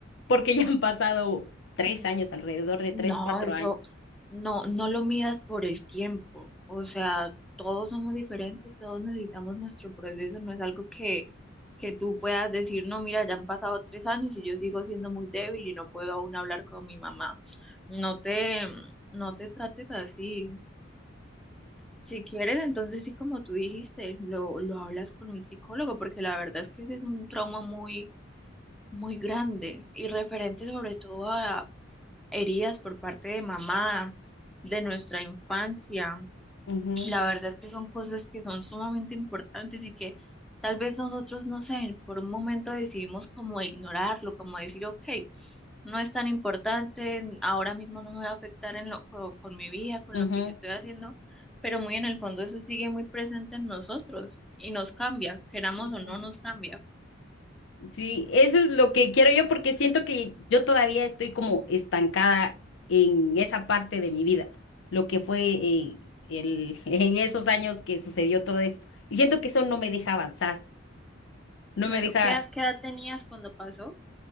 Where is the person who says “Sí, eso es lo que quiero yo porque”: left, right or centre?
Left